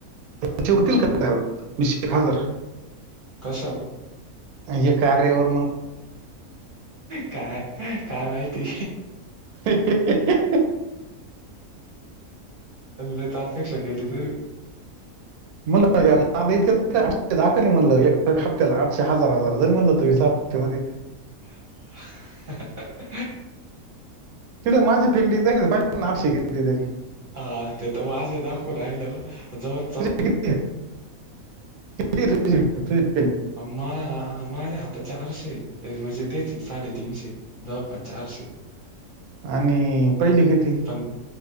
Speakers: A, on the right (about 90°); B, on the right (about 50°).
A: त्याचे होतील
B: हॅलो
A: का, तिशेक हजार-
B: कसं.?
A: अं हे कार्यवर
B: काय,, काय माहिती.?
A: ह-हहहह
B: लयच अपेक्षा केली तुम्ही -
A: म्हण इकठशे दाका म्हणलं हप्त्याला आठशे हजार हजार ज म्हणलं त हपते म-
B: ह -
A: ति माझी पेंटिंगहिठेत तरी.
B: हा ते तर माझे दाखवून राहिलं ज-
A: तुझ किती कतीझ तुझ
B: मा माझ्या आता चारशे म्हणजे त्याचे साडेतीनशे जवळपास चारशे
A: आणि पहिले किती?
B: पण